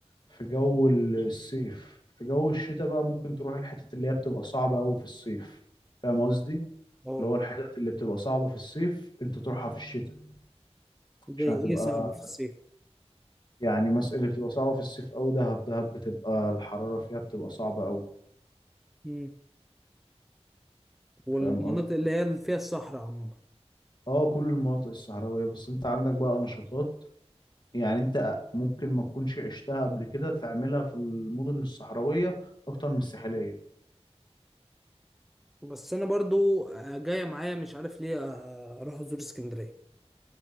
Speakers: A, on the left; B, in the centre.
A: في جو الصيف في جو الشتاء بقى ممكن تروح الحتت اللي هي بتبقى صعبة قوي في الصيف فاهم قصدي
B: اه
A: اللي هو الحتت اللي بتبقى صعبة في الصيف انت تروحها في الشتاء
B: زي
A: عشان هتبقى
B: ايه صعب في الصيف
A: يعني مس... اللي بتبقى صعبة في الصيف قوي دهب دهب بتبقى الحرارة فيها بتبقى صعبة قوي
B: امم والمناطق
A: فاهم قصدي
B: اللي هي اللي فيها الصحراء عموما
A: اه كل المناطق الصحراوية بس انت عندك بقى نشاطات يعني انت ممكن ما تكونش عشتها قبل كده تعملها في المدن الصحراوية اكتر من الساحلية
B: بس انا برضو جايه معايا مش عارف ليه آه، اروح ازور اسكندريه